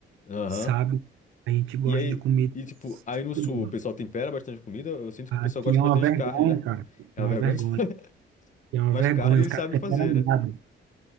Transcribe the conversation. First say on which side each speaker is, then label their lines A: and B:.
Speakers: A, on the left; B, on the right.
A: Aham.
B: sabe? A gente gosta
A: E aí,
B: de comida
A: e tipo, aí no
B: crua.
A: Sul o pessoal tempera bastante comida, eu sinto
B: Aqui
A: que o pessoal gosta
B: é
A: bastante
B: uma vergonha,
A: de carne, né?
B: cara. É
A: É uma
B: uma
A: vergonha.
B: vergonha.
A: <laughs>
B: É uma
A: Mas
B: vergonha,
A: carne eles
B: os caras
A: sabem
B: temperam
A: fazer, né?
B: nada.